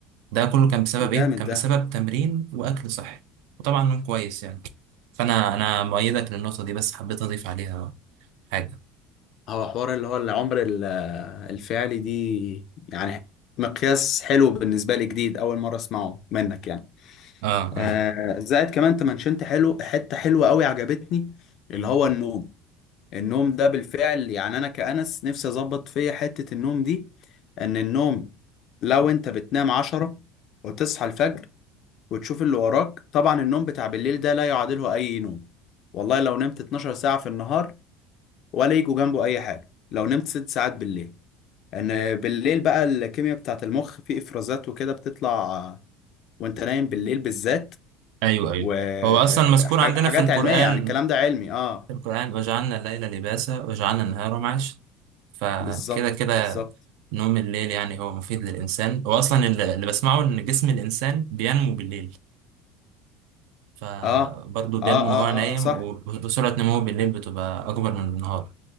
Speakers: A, on the right; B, on the left.
A: ده كله كان بسبب
B: جامد
A: ايه؟ كان
B: ده
A: بسبب تمرين واكل صحي وطبعا نوم كويس يعني فانا انا مؤيدك للنقطه دي بس حبيت اضيف عليها حاجه
B: هو حوار اللي هو العمر ال- الفعلي دي يعني مقياس حلو بالنسبة لي جديد أول مرة أسمعه منك يعني
A: اه اه
B: آه زائد كمان أنت منشنت حلو حتة حلوة أوي عجبتني اللي هو النوم النوم ده بالفعل يعني أنا كأنس نفسي أظبط فيا حتة النوم دي إن النوم لو أنت بتنام عشرة وتصحى الفجر وتشوف اللي وراك طبعا النوم بتاع بالليل ده لا يعادله أي نوم والله لو نمت 12 ساعة في النهار ولا يجوا جنبه أي حاجة لو نمت ست ساعات بالليل ان بالليل بقى الكيمياء بتاعت المخ في افرازات وكده بتطلع وانت نايم بالليل بالذات
A: ايوه ايوه
B: وحاجات
A: هو اصلا مذكور عندنا في القران
B: علمية يعني الكلام ده علمي اه
A: في القران وجعلنا الليل لباسا وجعلنا النهار معاشا فكده
B: بالظبط
A: كده
B: بالظبط
A: نوم الليل يعني هو مفيد للانسان هو اصلا اللي اللي بسمعه ان جسم الانسان بينمو بالليل فبرضه
B: اه
A: بينمو
B: اه اه
A: وهو نايم
B: اه, آه صح
A: و- وسرعه نموه بالليل بتبقى اكبر من النهار